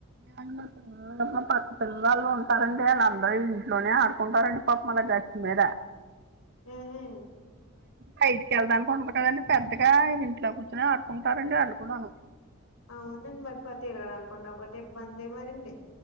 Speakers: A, on the right; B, on the left.
A: ఎం <unintelligible> ఆ పసిపిల్లరాళ్ళు ఉంటారండి వాళ్ళ అందరు ఇంట్లోనే ఆడుకుంటారండి పాపము గచ్చు మీద
B: హ్మ్ హు
A: బయటికి వెళ్ళడానికి ఉండదు కదండి పెద్దగా ఇంట్లో కూర్చొని ఆడుకుంటారండి ఆడుకుంటారు అళ్ళుకూడాను
B: అవునండి మరిపతే తిరగడానికి తోరగడానుకుండా ఉండకపోతే ఇబ్బంది మరండి